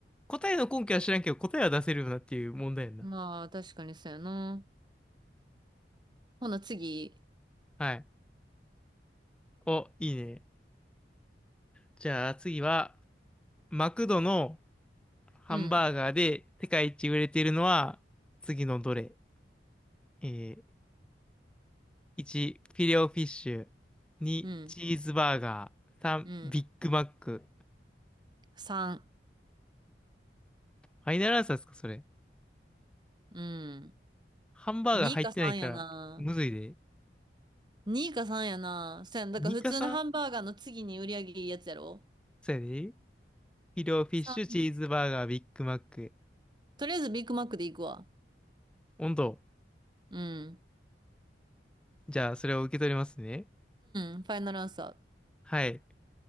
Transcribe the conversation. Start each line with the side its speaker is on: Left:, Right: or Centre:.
Centre: 答えの根拠は知らんけど、答えは出せるよなっていう問題やんな。
Right: まあ、確かにそうやな。ほな、次。
Centre: はい。お、いいね。じゃあ次は、マクドのハンバーガーで世界一売れているのは、
Right: うん。
Centre: 次のどれえー、1、フィレオフィッシュ。2、
Right: うん。
Centre: チーズバーガー。3、
Right: うん。
Centre: ビッグマック。
Right: 3。
Centre: ファイナルアンサーですか、それ。
Right: うん。
Centre: ハンバーガー入ってないから、
Right: 2か3やな。
Centre: むずいで。
Right: 2か3やな。そうやん。だから普通のハンバーガーの次に売り上げいいやつやろ
Centre: 2か 3? そうやで。フィレオフィッシュ、
Right: ?3。さん
Centre: チーズバーガー、ビッグマック。
Right: とりあえずビッグマックで行くわ。
Centre: 温度。
Right: うん。
Centre: じゃあ、それを受け取りますね。
Right: うん。ファイナルアンサ
Centre: はい。